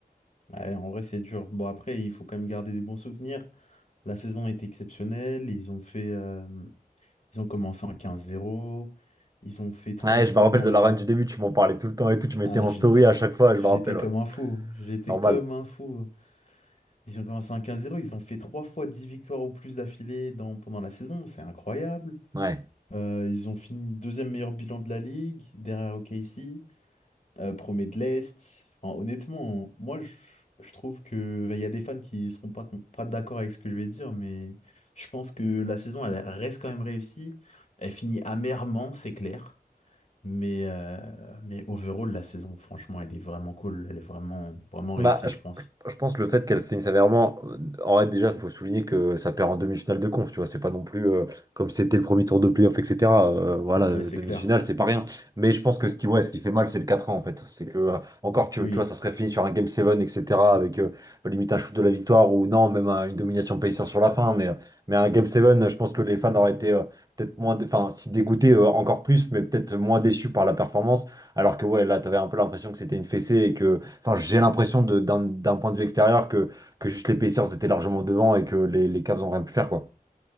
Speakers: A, on the left; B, on the right.
A: Ouais, en vrai, c'est dur. Bon, après, il faut quand même garder des bons souvenirs. La saison a été exceptionnelle. Ils ont fait, euh, ils ont commencé en quinze zéro. Ils ont fait trois
B: Ouais,
A: fois
B: je me rappelle
A: dans
B: de
A: la.
B: la run du début, tu m'en parlais tout le temps et tout. Tu mettais
A: Ah,
B: en
A: j'ai-
B: story à chaque fois, je
A: j'étais
B: me rappelle,
A: comme
B: ouais.
A: un fou. J'étais
B: Normal.
A: comme un fou. Ils ont commencé en quinze zéro. Ils ont fait trois fois 10 victoires ou plus d'affilée dans... pendant la saison. C'est incroyable.
B: Ouais.
A: Euh, ils ont fini deuxième meilleur bilan de la ligue, derrière OKC. euh, premier de l'Est. Enfin, honnêtement, moi, je, je trouve que bah, il y a des fans qui seront pas, con- pas d'accord avec ce que je vais dire, mais je pense que la saison, elle reste quand même réussie. Elle finit amèrement, c'est clair. Mais, euh, mais overall, la saison, franchement, elle est vraiment cool. Elle est vraiment, vraiment réussie,
B: Bah, je,
A: je pense.
B: je- je pense que le fait qu'elle finisse sévèrement, euh, en vrai, déjà, il faut souligner que ça perd en demi-finale de conf, tu vois, c'est pas non plus euh, comme c'était le premier tour de playoff, etc. Euh, voilà, euh,
A: Ouais, c'est
B: demi-finale,
A: clair.
B: c'est pas rien. Mais je pense que ce qui, ouais, ce qui fait mal, c'est le 4 ans, en fait. C'est que, euh, encore, tu,
A: Oui.
B: tu vois, ça serait fini sur un Game 7, etc., avec euh, limite un shoot de la victoire, ou non, même euh, une domination Pacers sur la fin, mais, euh, mais un Game 7, euh, je pense que les fans auraient été euh, peut-être moins, dé- enfin, si dégoûtés euh, encore plus, mais peut-être moins déçus par la performance, alors que, ouais, là, t'avais un peu l'impression que c'était une fessée et que. Enfin, j'ai l'impression de- d'un d'un point de vue extérieur que, que juste les Pacers étaient largement devant et que les, les Cavs n'ont rien pu faire, quoi.